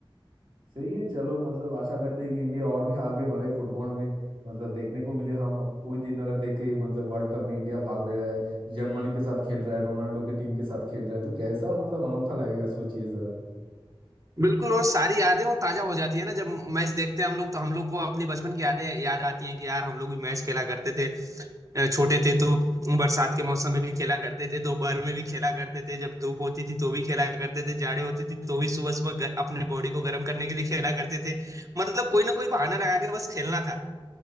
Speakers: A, on the right; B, on the right.
A: सही है चलो मतलब आशा करते हैं कि इंडिया और भी आगे बढ़े फुटबॉल में मतलब देखने को मिले हम कोई दिन अगर देखे मतलब वर्ल्ड कप में इंडिया भाग ले रहा है जर्मनी के साथ खेल रहा है रोनाल्डो के टीम के साथ खेल रहा है तो कैसा मतलब अनोखा लगेगा सोचिए जरा
B: बिल्कुल वो सारी यादें वो ताजा हो जाती है ना जब मैच देखते हैं हम लोग तो हम लोग को अपनी बचपन की यादें याद आती हैं कि यार हम लोग भी मैच खेला करते थे अ, छोटे थे तो बरसात के मौसम में भी खेला करते थे दोपहर में भी खेला करते थे जब धूप होती थी तो भी खेला करते थे जाड़े होती थी तो भी सुबह सुबह ग- अपने बॉडी को गर्म करने के लिए खेला करते थे मतलब कोई ना कोई बहाना लगा के बस खेलना था